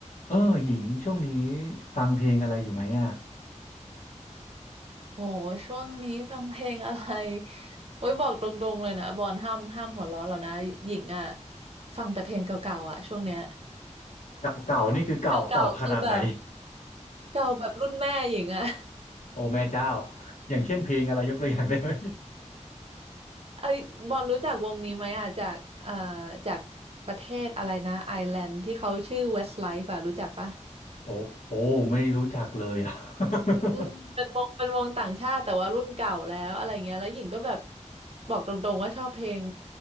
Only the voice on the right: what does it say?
โอ้ช่วงนี้ฟังเพลงอะไร <laughs> โอ้ยบอกตรงๆเลยนะบอลห้ามห้ามหัวเราะแล้วนะหญิงอ่ะฟังแต่เพลงเก่าๆอ่ะช่วงเนี้ย
<laughs> เก่าๆคือแบบเก่าแบบรุ่นแม่หญิงอ่ะ
ไอ้ยบอลรู้จักวงนี้ไหมอ่ะจากเอ่อจากประเทศอะไรนะไอร์แลนด์ที่เขาชื่อ Westlife อ่ะรู้จักปะ
อืมเป็นวงเป็นวงต่างชาติแต่ว่ารุ่นเก่าแล้วอะไรเงี้ยแล้วหญิงก็แบบบอกตรงๆว่าชอบเพลง